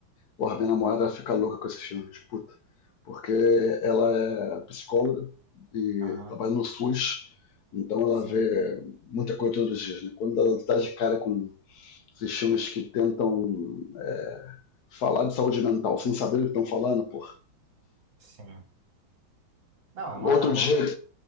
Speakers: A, on the left (about 55°); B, on the right (about 65°).
A: Porra, minha namorada fica louca com esses filmes, puta. Porque ela é psicóloga e
B: Aham.
A: trabalha no SUS, então ela
B: Sim,
A: vê muita coisa todos os dias, né? Quando ela dá de cara com esses filmes que tentam é, falar de saúde mental sem saber o que estão falando, pô.
B: sim. Não, é uma,
A: Outro
B: é uma...
A: dia,